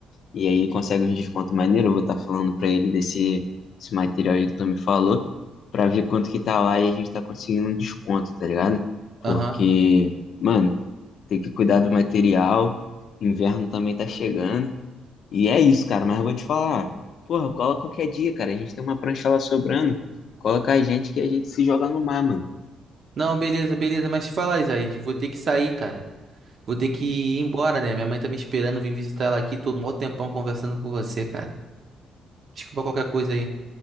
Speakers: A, on the left (about 65°); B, on the right (about 50°).
A: E aí consegue uns descontos maneiro. Eu vou estar falando pra ele desse esse material aí que tu me falou, pra ver quanto que tá lá e a gente tá conseguindo um desconto, tá ligado? Porque,
B: Aham.
A: mano, tem que cuidar do material. Inverno também tá chegando. E é isso, cara, mas eu vou te falar. Porra, cola qualquer dia, cara. A gente tem uma prancha lá sobrando. Cola com a gente que a gente se joga no mar, mano.
B: Não, beleza, beleza, mas te falar, Isaías, vou ter que sair, cara. Vou ter que ir embora, né? Minha mãe tá me esperando, vim visitar ela aqui, tô mó tempão conversando com você, cara. Desculpa qualquer coisa aí.